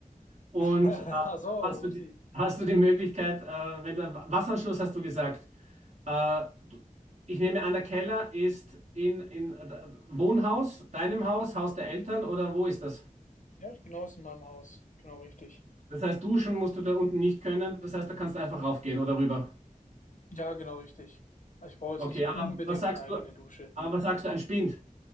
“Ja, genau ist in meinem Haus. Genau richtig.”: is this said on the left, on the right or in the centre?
Left